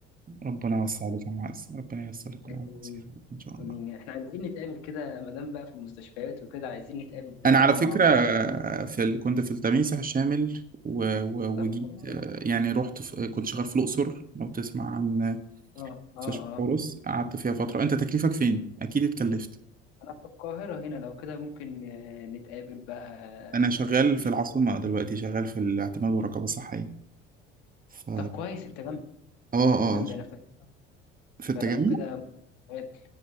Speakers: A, on the right (about 25°); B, on the left (about 80°).
A: ربنا يوسع عليك يا معز ربنا ييسر لك كل
B: آمين
A: عام كتير يا رب ان شاء
B: آمين.
A: الله
B: احنا عايزين نتقابل كده ما دام بقى في المستشفيات وكده عايزين نتقابل كده
A: انا
B: ونقعد
A: على فكره
B: مع بعض
A: آه، في ال... كنت في التميسح الشامل و... و...
B: طب
A: وجيت
B: خلاص
A: آه، يعني رحت في... كنت شغال في الاقصر لو تسمع عن
B: اه اه
A: مستشفى
B: اه
A: حورس قعدت فيها فتره انت تكليفك فين اكيد اتكلفت
B: انا في القاهرة هنا لو كده ممكن آه، نتقابل بقى
A: انا شغال
B: آه، نشوف
A: في العاصمه دلوقتي شغال في الاعتماد والرقابه الصحيه ف
B: طب كويس انت جنبي
A: اه
B: انت
A: اه
B: جنبي انا في مكتب.
A: في التجمع
B: فلو كده ممكن نتقابل